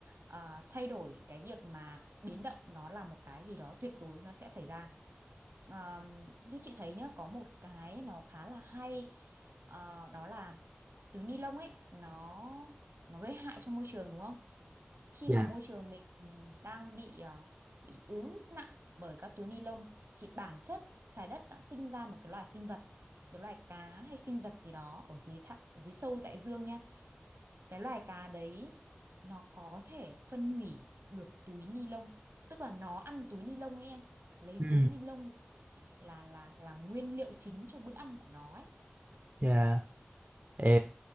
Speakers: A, on the right (about 80°); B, on the right (about 40°).
A: à, thay đổi, cái việc mà biến động nó là một cái gì đó tuyệt đối nó sẽ xảy ra. À, như chị thấy nhá, có một cái nó khá là hay à, đó là túi ni lông ấy nó nó gây hại cho môi trường đúng không? khi
B: dạ
A: mà môi trường mình đang bị ờ, bị ứ nặng bởi các túi ni lông thì bản chất trái đất đã sinh ra một cái loài sinh vật cái loài cá hay sinh vật gì đó ở dưới thẳm ở dưới sâu đại dương nha cái loài cá đấy nó có thể phân hủy được túi ni lông tức là nó ăn túi ni lông ấy em lấy
B: ừ
A: túi ni lông là là là nguyên liệu chính cho bữa ăn của nó ấy
B: dạ Ờ,